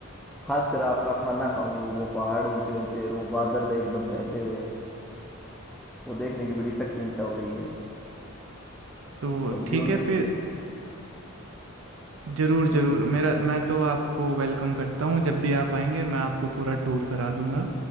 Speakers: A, in the centre; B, on the right (about 70°).
A: खासकर आपका खाना खाऊं वो वो पहाड़ ऊंचे ऊंचे वो बादल एकदम बहते हुए वो देखने की बड़ी सख्त इच्छा हो रही है
B: तो
A: और जीवन
B: ठीक है
A: में
B: फिर ज़रूर ज़रूर
A: हम्म
B: मेरा मैं तो आपको वेलकम करता हूँ जब भी आप आएंगे मैं आपको पूरा टूर करा दूंगा